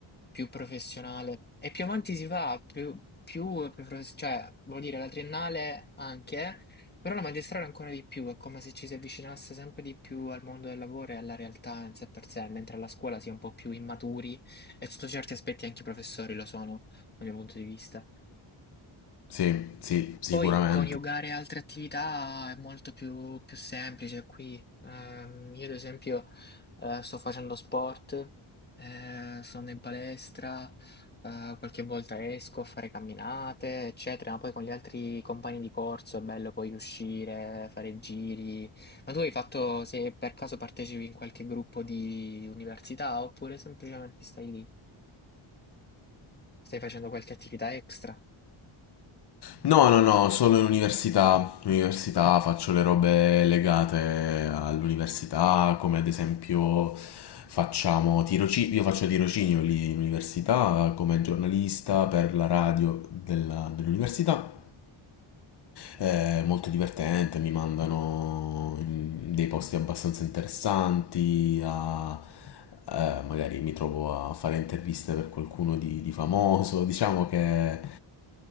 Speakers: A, on the left; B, on the left.
A: più professionale. E più avanti si va, più, più, più profes- cioè, vuol dire la triennale anche, però la magistrale ancora di più, è come se ci si avvicinasse sempre di più al mondo del lavoro e alla realtà in sé per sé, mentre alla scuola si è un po' più immaturi e sotto certi aspetti anche i professori lo sono, dal mio punto di vista.
B: Sì, sì, sicuramente.
A: Poi coniugare altre attività è molto più, più semplice qui. Ehm, io ad esempio eh, sto facendo sport, eh, sono in palestra, eh, qualche volta esco a fare camminate, eccetera, ma poi con gli altri compagni di corso è bello poi uscire, fare giri. Ma tu hai fatto, se per caso partecipi in qualche gruppo di università oppure semplicemente stai lì, stai facendo qualche attività extra?
B: No, no, no, solo in università. In università faccio le robe legate all'università, come ad esempio facciamo tirocinio, io faccio tirocinio lì in università come giornalista per la radio della- dell'università. È molto divertente, mi mandano in dei posti abbastanza interessanti, a- eh, magari mi trovo a fare interviste per qualcuno di, di famoso, diciamo che